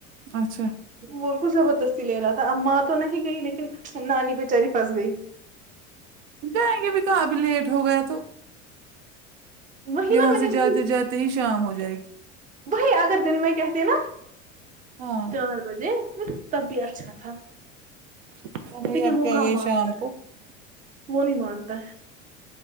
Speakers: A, on the right (about 65°); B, on the right (about 20°).
A: اچھا
B: بولک زبردستی لے رہا تھا اب ماں تو نہیں گئی لیکن نانی بچاری پھنس گئی
A: جائیں گے بھی تو ابھی لیٹ ہو گیا تو
B: وہی
A: یہاں
B: نا میں
A: سے
B: نے
A: جاتے
B: وہی
A: جاتے ہی شام ہو جائے گی
B: وہی اگر دن میں کہتے نا
A: ہاں
B: چار بجے تب بھی اچھا تھا
A: <unintelligible>
B: لیکن وہ کہاں
A: گئی
B: مانتا
A: شام کو
B: ہے وہ نہیں مانتا ہے